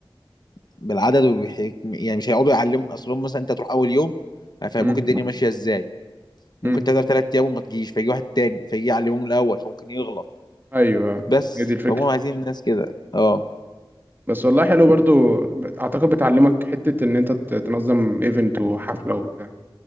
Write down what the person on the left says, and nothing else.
بالعدد وبحك... يعني مش هيقعدوا يعلموا اصلهم مثلا انت هتروح اول يوم هيفهموك
الدنيا ماشيه ازاي ممكن
تقدر ثلاث ايام وما تجيش فيجي واحد تاني فيجي يعلمهم الاول فممكن يغلط
بس
فهم عايزين الناس كده اه